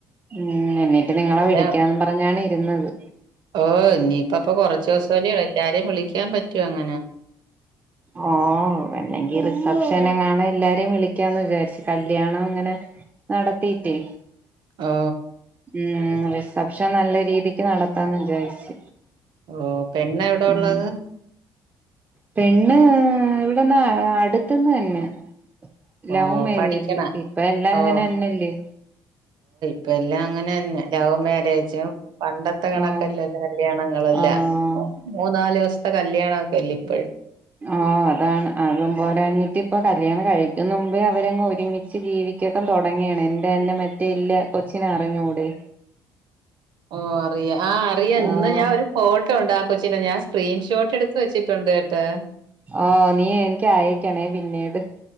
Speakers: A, on the right; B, on the right.
A: ഉം എന്നിട്ട് നിങ്ങളെ
B: പിന്നെ
A: വിളിക്കാന്നും പറഞ്ഞാണ് ചെന്നത്
B: ഓ ഇനീപ്പപ്പൊ കൊറച്ച് ദിവസല്ലെയുള്ള് എല്ലാരേം വിളിക്കാൻ പറ്റോ അങ്ങനെ
A: ഓ അല്ലെങ്കി റിസപ്ഷനെങ്ങാണ് എല്ലാരേം വിളിക്കാന്ന് വിചാരിച്ച് കല്ല്യാണം അങ്ങനെ നടത്തീട്ടെ
B: ഓ
A: ഉം റിസപ്ഷൻ നല്ല രീതിക്ക് നടത്താന്ന് വിചാരിച്ച്
B: ഓ പെണ്ണ് എവിടെ
A: ഉം
B: ഒള്ളത്
A: പെണ്ണ് ഇവിടെന്ന് അടുത്ത്ന്ന് തന്നെ ലൗമാരേജ്
B: ഓ പഠിക്കണ
A: ഇപ്പ എല്ലാം
B: ഓ
A: അങ്ങനെന്നല്ലേ
B: ഇപ്പം എല്ലാം അങ്ങനെന്നെ ലൗമാരേജും പണ്ടത്തെ കണക്കല്ലല്ല
A: ഓ
B: കല്യാണങ്ങ്ളല്ല
A: ആഹ്
B: മൂന്നാലൂസ്ത്തെ കല്യാണ <unintelligible>
A: ആ അതാണ് അതുംപോലാഞ്ഞിട്ട് ഇപ്പൊ കല്യാണം കഴിക്കുന്നുമ്പേ അവരങ്ങ് ഒരുമിച്ച് ജീവിക്കക്കം തൊടങ്ങെണ് ന്റെ ല്ല മറ്റേ ഇല്ല കൊച്ചിനെ അറിഞ്ഞൂടെ
B: ഓ അറിയ ആ അറിയ ഇന്ന്
A: ആഹ്
B: ഞാ ഒരു ഫോട്ടോ ഉണ്ട് ആ കൊച്ചിന്റെ ഞാൻ സ്ക്രീൻഷോട്ട് എടുത്ത് വെച്ചിട് <unintelligible>
A: ആ നീ എനിക്ക് അയക്കണേ പിന്നീട്